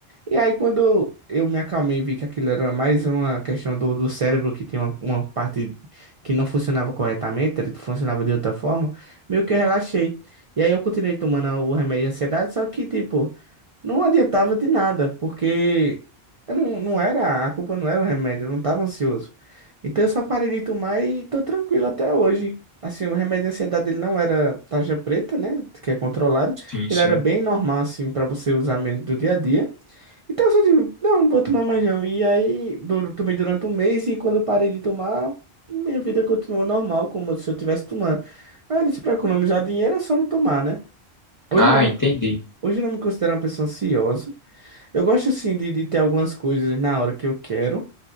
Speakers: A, on the right (about 55°); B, on the left (about 25°).
A: E aí, quando eu me acalmei e vi que aquilo era mais uma questão do, do cérebro, que tinha uma, uma parte que não funcionava corretamente, ele funcionava de outra forma, meio que eu relaxei. E aí, eu continuei tomando o remédio de ansiedade, só que, tipo. Não adiantava de nada, porque eu não, não era, a culpa não era o remédio, eu não estava ansioso. Então eu só parei de tomar e tô tranquilo até hoje. Assim, o remédio de ansiedade ele não era tarja preta, né? Que é controlado.
B: Sim,
A: Ele
B: sim.
A: era bem normal, assim, para você usar mesmo do dia a dia. Então eu só digo, não, não vou tomar mais não. E aí, du- tomei durante um mês e quando eu parei de tomar, minha vida continuou normal, como se eu estivesse tomando. Aí eu disse, pra economizar dinheiro é só não tomar, né? Hoje
B: Ah,
A: eu não me,
B: entendi.
A: hoje eu não me considero uma pessoa ansiosa. Eu gosto sim de, de ter algumas coisas na hora que eu quero.